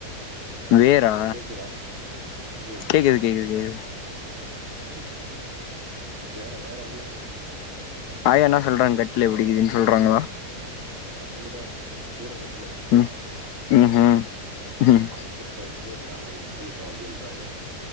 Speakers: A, on the left (about 75°); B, on the right (about 50°).
A: வேறா
B: கேக்குதா ம்
A: கேக்குது கேக்குது கேக்குது
B: ம் வேற வேற என்ன
A: ஆயா என்ன சொல்றாங்க கட்லு எப்டி இக்குதுனு சொல்றாங்களா
B: கட்லு தா சூற கட்லு
A: ம் ம் ம்
B: பால் பச்ச வந்து காயா மிஸ் பண்ணிட்டோ அப்டின்றாங்க